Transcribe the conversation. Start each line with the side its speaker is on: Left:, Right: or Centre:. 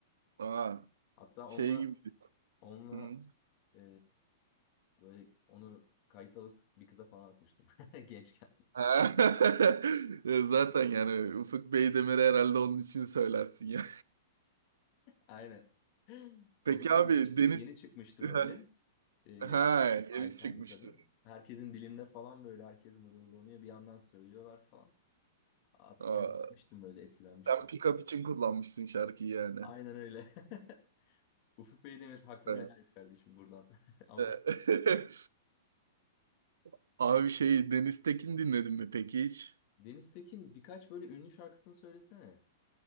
Right: Aa.
Left: Hatta
Right: Şey
Left: onunla
Right: gibi.
Left: onunla
Right: Hı.
Left: e, Böyle onu kayıt alıp bir kıza falan atmıştım <laughs> gençken.
Right: Ha. <laughs> Ya Zaten yani Ufuk Beydemir'i herhalde onun için söylersin ya.
Left: Aynen.
Right: <laughs>
Left: O
Right: Peki
Left: zaman
Right: abi
Left: yeni, çık-
Right: Deniz
Left: yeni çıkmıştı
Right: <laughs>
Left: böyle. E,
Right: ha
Left: Aytenli
Right: yeni çıkmıştı.
Left: kadın. Herkesin dilinde falan böyle herkes mırıldanıyor. Bir yandan söylüyorlar falan. Atıp
Right: Aa,
Left: göndermiştim böyle etkilenmiştim.
Right: sen pick-up için kullanmışsın şarkıyı yani.
Left: Aynen öyle. <laughs> Ufuk Beydemir hakkını
Right: Evet.
Left: helal et kardeşim buradan. <laughs> Ama
Right: Ee, <laughs> Abi şey Deniz Tekin dinledin mi peki hiç?
Left: Deniz Tekin birkaç böyle ünlü şarkısını söylesene.